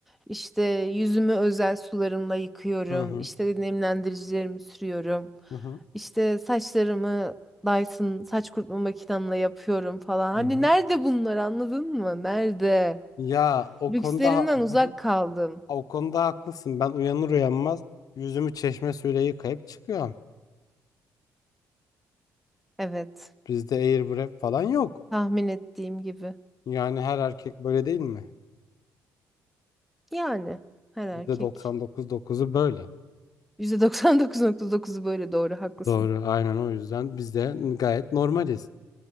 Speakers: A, in the centre; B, on the left.
A: işte yüzümü özel sularımla yıkıyorum.
B: Hı hı.
A: İşte nemlendiricilerimi sürüyorum.
B: Hı hı.
A: İşte saçlarımı Dyson saç kurutma makinemle yapıyorum falan.
B: Hı
A: Hani
B: hı.
A: nerede bunlar anladın mı? Nerede?
B: Ya o
A: Lükslerimden
B: konuda ha-
A: uzak
B: hı hı.
A: kaldım.
B: o konuda haklısın. Ben uyanır uyanmaz yüzümü çeşme suyuyla yıkayıp çıkıyorum.
A: Evet,
B: Bizde airwrap falan yok.
A: tahmin ettiğim gibi.
B: Yani her erkek böyle değil mi?
A: Yani her erkek.
B: Bizde doksan dokuz dokuzu böyle.
A: yüzde doksan dokuz nokta dokuzu böyle doğru haklısın.
B: Doğru. Aynen o yüzden biz de gayet normaliz.